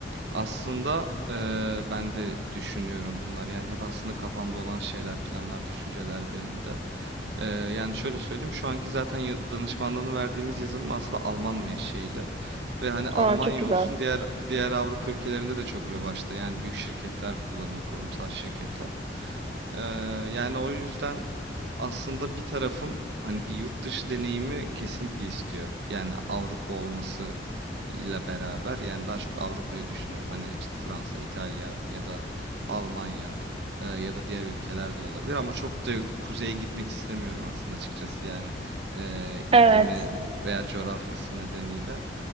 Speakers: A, on the right; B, on the right.
A: Aslında eee, ben de düşünüyorum bunlar. Yani hep aslında kafamda olan şeyler, planlar, düşünceler benim de. Eee, yani şöyle söyleyeyim, şu anki zaten ya- danışmanlığını verdiğimiz yazılım aslında Alman menşeili. Ve hani Almanya
B: Aa çok güzel.
A: olsun diğer diğer Avrupa ülkelerinde de çok revaçta. Yani büyük şirketler kullanıyor, kurumsal şirketler. Ee, yani o yüzden aslında bir tarafım hani bir yurt dışı deneyimi kesinlikle istiyor. Yani Avrupa olması ile beraber yani daha çok Avrupa'yı düşünüyorum. Hani işte Fransa, İtalya ya da Almanya e, ya da diğer ülkeler de olabilir ama çok da kuzeye gitmek istemiyorum aslında açıkçası yani e, iklimi
B: Evet,
A: veya coğrafyası nedeniyle.